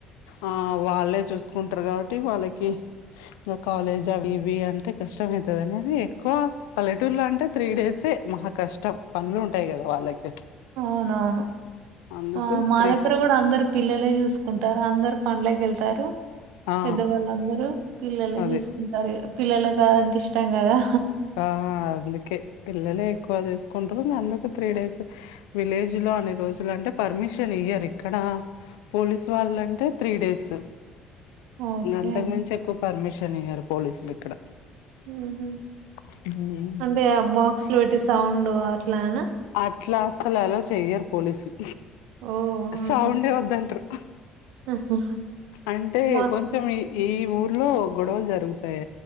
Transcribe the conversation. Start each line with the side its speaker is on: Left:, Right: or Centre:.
Left: ఆ వాళ్ళే చూసుకుంటారు కాబట్టి వాళ్ళకి ఇంకా కాలేజ్ అవి ఇవి అంటే కష్టమ అవుతది అనేది ఎక్కువ పల్లె ట్టూర్లో అంటే త్రీ డేసే మహా కష్టం పనులు ఉంటాయి కదా వాళ్ళకి
Right: అవునవును
Left: అందుకు
Right: ఆ మా
Left: త్రీ
Right: దగ్గర కూడా అందరు పిల్లలే చూసుకుంటారు అందరు పనులకు వెళ్తారు
Left: ఆ
Right: పెద్దవాళ్ళందరూ పిల్లలు
Left: అదే
Right: చూసుకుంటారు పిల్లల క అదంటే ఇష్టం కదా
Left: ఆ అందుకే పిల్లలే ఎక్కువ చూసుకుంటారు ఇంకా అందుకు త్రీ డేస్ విలేజ్ లో అన్ని రోజులు అంటే పర్మిషన్ ఇయ్యరు ఇక్కడ పోలీసు వాళ్ళంటే త్రీ డేస్
Right: ఓకే
Left: ఇంకా అంతకు మించి ఎక్కువ పర్మిషన్ అయ్యారు పోలీసులు ఇక్కడ
Right: ఉహు
Left: హు
Right: అంటే బాక్స్ లో పెట్టి సౌండ్ అట్లానా
Left: అట్లా అసలు అలో చెయ్యరు పోలీసులు
Right: ఓహ్! ఆహా!
Left: సౌండే వద్దంటారు
Right: ఆహా!
Left: అంటే
Right: మా
Left: కొంచం మీ ఈ ఊర్లో గొడవలు జరుగుతాయి